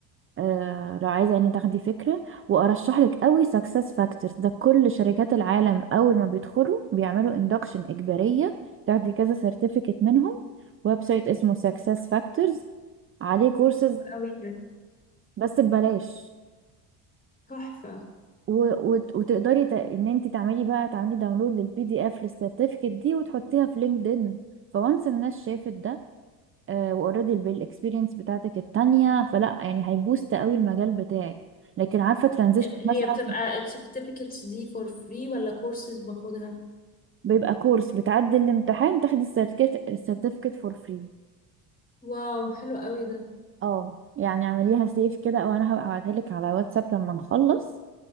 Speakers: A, on the right; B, on the left.
A: آه، لو عايزة يعني تاخدي فكرة وارشح لك قوي سكسس فاكتورز ده كل شركات العالم اول ما بيدخلوا بيعملوا اندكشن اجبارية تاخدي كذا سيرتيفيكت منهم ويب سايت اسمه سكسس فاكتورز عليه كورسز
B: قوي ده
A: بس ببلاش
B: تحفة
A: و- وت- وتقدري ت- ان انت تعملي بقى تعملي داونلود للبي دي اف للسيرتيفيكت دي وتحطيها في لينكدين فوانس الناس شافت ده واوريدي بالاكسبيرينس بتاعتك التانية فلا يعني هيبوست قوي المجال بتاعك لكن عارفة ترانزيشن
B: هي
A: مثلا
B: بتبقى السيرتيفيكتس دي فور فري ولا كورسز باخدها
A: بيبقى كورس بتعدي الامتحان تاخدي السيرتيفيكت السيرتيفيكت فور فري
B: واو حلو قوي ده
A: اه يعني اعمليها سيف كده او انا هبقى ابعتها لك على واتساب لما نخلص